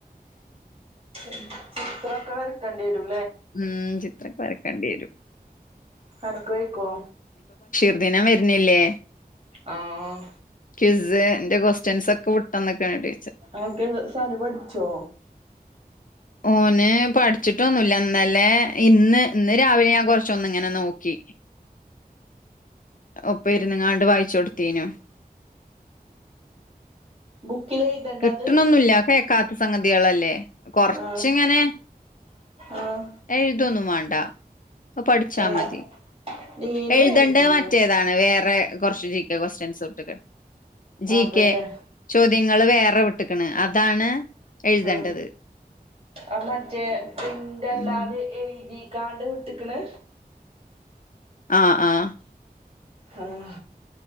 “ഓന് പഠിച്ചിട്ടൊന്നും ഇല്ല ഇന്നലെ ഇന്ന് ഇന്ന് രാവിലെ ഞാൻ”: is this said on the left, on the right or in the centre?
Left